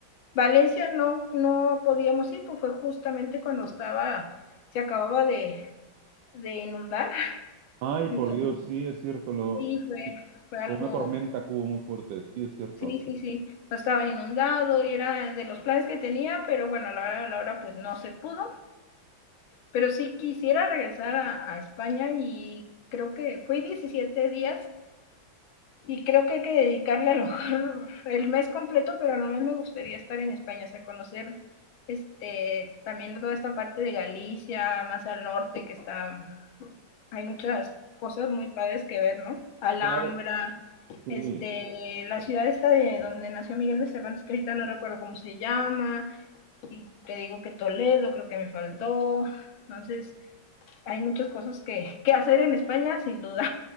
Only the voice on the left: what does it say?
Valencia no, no podíamos ir, pues fue justamente cuando estaba, se acababa de, de inundar.
Entonces,
sí, fue,
fue
algo,
sí, sí, sí. O sea, estaba inundado y era de los planes que tenía, pero bueno, a la hora, a la hora pues no se pudo. Pero sí quisiera regresar a, a España y creo que fue diecisiete días y creo que hay que dedicarle a lo mejor el mes completo, pero no me gustaría estar en España, o sea, conocer este, también toda esta parte de Galicia, más al norte, que está, hay muchas cosas muy padres que ver, ¿no? Alhambra,
este, la ciudad esta de donde nació Miguel de Cervantes, que ahorita no recuerdo cómo se llama, y te digo que Toledo creo que me faltó, entonces hay muchas cosas que, que hacer en España, sin duda.